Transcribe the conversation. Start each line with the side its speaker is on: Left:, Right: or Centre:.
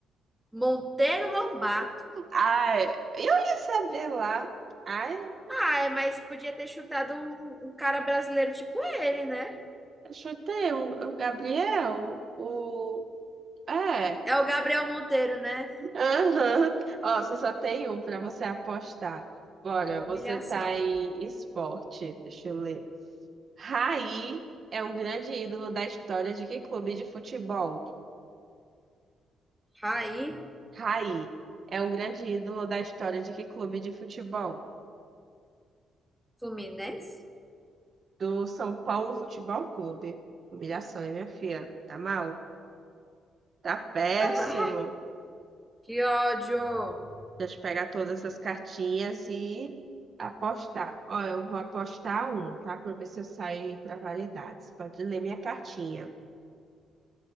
Centre: Monteiro Lobato.
Right: Ai, eu ia saber lá. Ai,
Centre: Ai, mas podia ter chutado um, um cara brasileiro tipo ele, né?
Right: eu chutei um- o Gabriel, o... É,
Centre: É o Gabriel Monteiro, né?
Right: aham. Ó, você só tem um pra você apostar. Bora,
Centre: Ô,
Right: você
Centre: humilhação.
Right: tá em esporte. Deixa eu ler. Raí é um grande ídolo da história de que clube de futebol?
Centre: Raí
Right: Raí é um grande ídolo da história de que clube de futebol?
Centre: Fluminense?
Right: Do São Paulo Futebol Clube. Humilhação, hein, minha filha? Tá mal? Tá péssimo.
Centre: Ah, que ódio!
Right: gente pegar todas as cartinhas e apostar. Ó, eu vou apostar um, tá? Pra ver se eu saio para variedades. Pode ler minha cartinha.